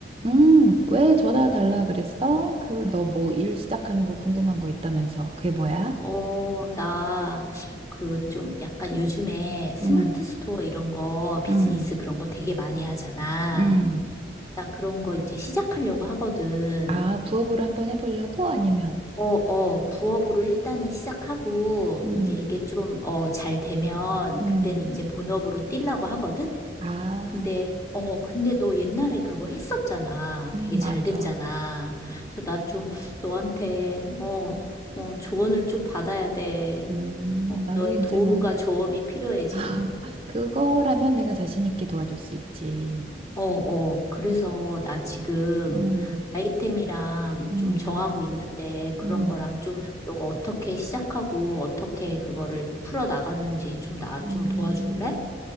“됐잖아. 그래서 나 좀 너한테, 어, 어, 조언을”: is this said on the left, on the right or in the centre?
Left